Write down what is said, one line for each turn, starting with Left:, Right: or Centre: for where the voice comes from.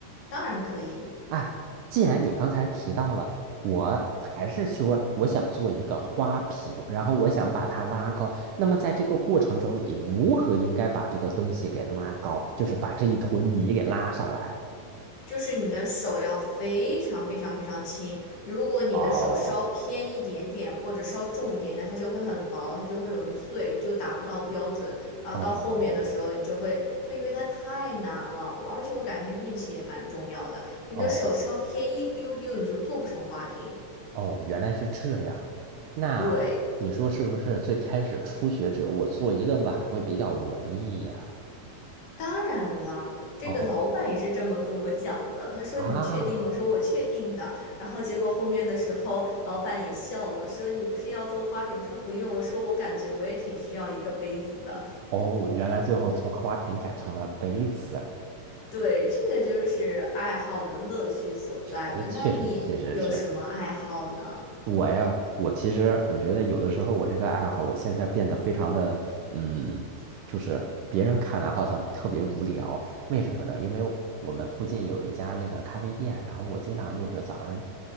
Left: 当然可以，
Right: 哎，既然你刚才提到了，我还是说我想做一个花瓶，然后我想把它拉高。那么在这个过程中，你如何应该把这个东西给拉高，就是把这一坨泥给拉上来？
Left: 就是你的手要非常非常非常轻。如果你的手稍偏一点点，
Right: 哦，
Left: 或者稍重一点点，它就会很薄，它就会容易碎，你就达不到标准。然后到后面的时候，
Right: 哦
Left: 你就会它，因为它太难了，我而且我感觉它运气也蛮重要的。你的手稍偏一丢丢，
Right: 哦
Left: 你就做不成花瓶。
Right: 哦，原来是这样。那你说是不是最开始初学者，
Left: 对，
Right: 我做一个碗会比较容易呀？
Left: 当然了，这个老板也是这么跟我讲的。
Right: 哦
Left: 他说：
Right: 啊，
Left: “你确定吗？”我说：“我确定的。”然后结果后面的时候，老板也笑了，说：“你不是要做花瓶？”我说：“不用。”我说：“我感觉我也挺需要一个杯子的。”
Right: 哦，原来最后从花瓶改成了杯子。
Left: 对，这个就是爱好的乐趣所在嘛。
Right: 哎，确实确实是。
Left: 那你有什么爱好呢？
Right: 我呀，我其实我觉得有的时候我这个爱好，我现在变得非常的，嗯，就是别人看来好像特别无聊，为什么呢？因为我们附近有一家那个咖啡店，然后我经常就是早上